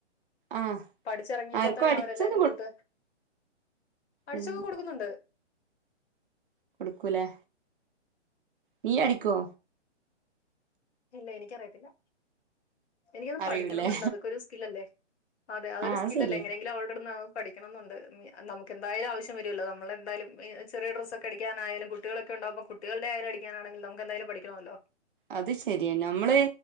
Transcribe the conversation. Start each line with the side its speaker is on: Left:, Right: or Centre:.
Right: ആഹ്
Left: പഠിച്ചിറങ്ങിയപ്പോ
Right: ആർക്കും
Left: തന്നെ
Right: അടിച്ചൊന്നും
Left: അവരെല്ലാരും
Right: കൊടു
Left: കൂട്ട് അടിച്ചൊക്കെ
Right: ഉം
Left: കൊടുക്കുന്നുണ്ട്
Right: കൊടുക്കൂലേ നീ അടിക്കോ
Left: ഇല്ല എനിക്കറിയത്തില്ല എനിക്കത്
Right: അറിയൂല്ലേ
Left: പഠിക്കണം എന്നുണ്ടോ അതൊക്കൊ ഒരു സ്കിൽ അല്ലേ അതെ അതൊ
Right: ആ
Left: സ്കിൽ
Right: അത് ശരിയാ
Left: അല്ലേ എങ്ങനെങ്കില് അവളു ടുന്നോ പഠിക്കണം എന്നുണ്ട് മി നമുക്ക് കെന്തായാലും ആവശ്യം വരുമല്ലോ നമ്മള് എ എന്താലും ചെറിയ ഡ്രസ്സൊക്കെ അ ടിക്കാനായാലും കുട്ടികളക്കെ ഉണ്ടാവുംമ്പം കുട്ടികളുടെയാലുംടിക്കാനാെങ്കിൽ നമുകെന്തായാലും പഠിക്കണല്ലോ
Right: അത് ശരിയാ നമ്മള്